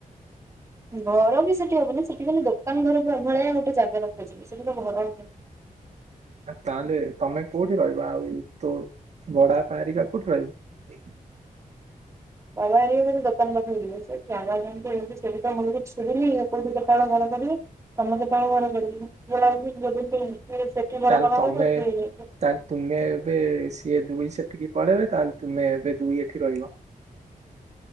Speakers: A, on the right; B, on the right.
A: ଘର ବି ସେଠି ହବନି ସେଠି ଖାଲି ଦୋକାନ ଘର ଭଳିଆ ଗୋଟେ ଜାଗା ରଖାଯିବ, ସେଠି ତ ଘର ହବନି।
B: ତାହେଲେ ତମେ କୋଉଠି ରହିବ? ଆଉ ଏଇ ତୋ ବଡ଼ବାପା ହେରିକା କୋଉଠି ରହିବେ?
A: ବାବା ହେରିକା ସବୁ ଦୋକାନ ପାଖକୁ ଯିବେ <unintelligible> କଉଠି କେତେବେଳେ ଘର କରିବେ। ତମେ କେତେବେଳେ ଘର କରିବ? <unintelligible> ସେଠି ଘର
B: ତାହେଲେ
A: କଲା
B: ତମେ
A: ବେଳକୁ ଏଠି ହେଇଯାଇଥିବ।
B: ତାହେଲେ ତୁମେ ଏବେ ସିଏ ଦୁଇ ସେଠିକି ପଳେଇବେ, ତାହେଲେ ତୁମେ ଏବେ ଦୁଇ ଏଠି ରହିବ।